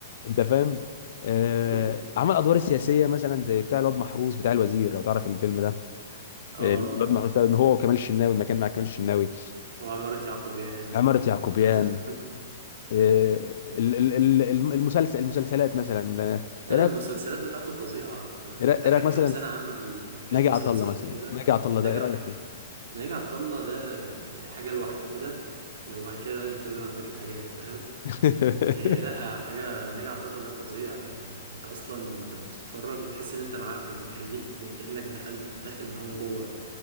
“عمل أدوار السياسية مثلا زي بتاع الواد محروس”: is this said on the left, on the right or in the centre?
Left